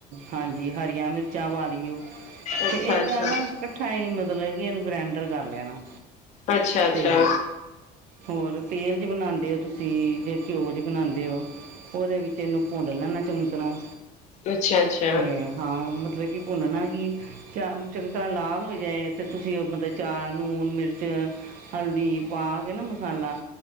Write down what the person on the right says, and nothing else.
ਹਾਂਜੀ। ਹਰੀਯਾਂ ਮਿਰਚਾਂ ਪਾ ਲਈਓ
ਤੇ ਏਦਾ
ਨਾ ਕੱਠਾ ਈ ਮਤਲਬ ਜੀ ਏਨੂੰ ਗ੍ਰੈਂਡਰ ਕਰ ਲੈਣਾ।
ਤੇ ਹੋਰ ਤੇਲ 'ਚ ਬਣਾਦੇ ਓ ਤੁਸੀਂ, ਜੇ ਘਓ 'ਚ ਬਣਾਦੇ ਓ। ਉਦੇ ਵਿੱਚ ਏਨੂੰ ਭੁੰਨ ਲੈਣਾ ਚੰਗੀ ਤਰਾਂ
ਤੇ ਹਾਂ। ਮਤਲਬ ਕਿ ਭੁੰਨਣਾ ਹੀ ਚਾਮ ਚੰਗੀ ਤਰਾਂ ਲਾਲ ਹੋ ਜੇ ਤੇ ਤੁਸੀ ਮਤਲਬ ਚਾਰ ਨੂਣ ਮਿਰਚ ਹਲਦੀ ਪਾ ਕੇ ਨਾ ਮਸਾਲਾ